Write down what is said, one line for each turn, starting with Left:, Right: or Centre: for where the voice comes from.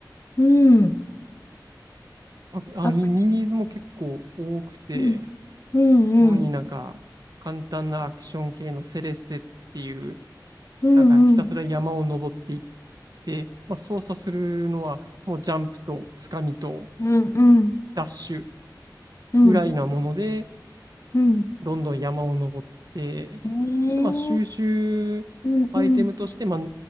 Left: うん。
Right: あ、あインディーズも結構多くて、
Left: アクション。うん、うん、
Right: 主になんか、簡単なアクション系のセレッセっていう、
Left: うん、
Right: なんかひたすら山を登っていっ
Left: うん、
Right: て、まあ、操作するのは、もうジャンプとつかみと
Left: うん、うん、うん、
Right: ダッシュ
Left: うん、
Right: ぐらいなもので、
Left: うん。
Right: どんどん山を登って、
Left: ええ
Right: そしてまあ収集アイテムとして、
Left: うん、うん、
Right: まあ、な